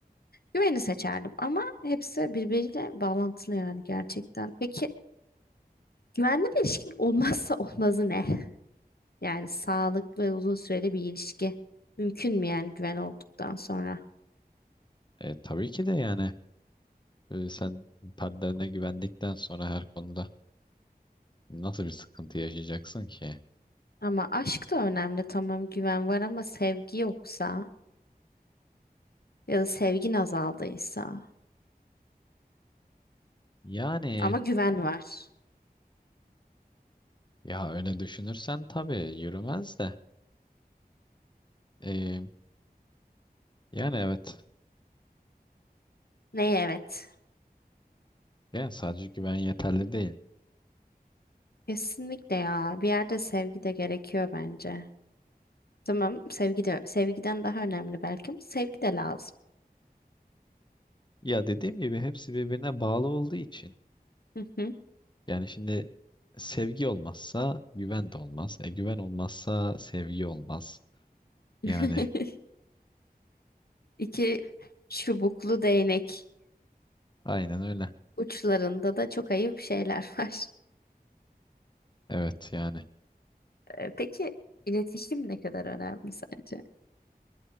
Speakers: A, on the left; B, on the left.
A: güveni seçerdim. Ama hepsi birbiriyle bağlantılı yani gerçekten. Peki güvenli bir ilişkin olmazsa olmazı ne? Yani sağlıklı ve uzun süreli bir ilişki mümkün mü yani güven olduktan sonra?
B: E, tabii ki de yani e, sen partnerine güvendikten sonra her konuda nasıl bir sıkıntı yaşayacaksın ki?
A: Ama aşk da önemli tamam güven var ama sevgi yoksa ya da sevgin azaldıysa
B: Yani
A: ama güven var.
B: ya öyle düşünürsen tabii yürümez de. E, yani evet
A: Neye evet?
B: Yani sadece güven yeterli değil.
A: Kesinlikle ya bir yerde sevgi de gerekiyor bence. Tamam sevgi de sevgiden daha önemli belki ama sevgi de lazım.
B: Ya dediğim gibi hepsi birbirine bağlı olduğu için
A: Hı hı.
B: yani şimdi sevgi olmazsa güven de olmaz. E güven olmazsa sevgi olmaz.
A: <laughs>
B: Yani
A: İki çubuklu değnek
B: aynen öyle.
A: uçlarında da çok ayıp şeyler <laughs> var.
B: Evet yani.
A: Ee, Peki iletişim ne kadar önemli sence?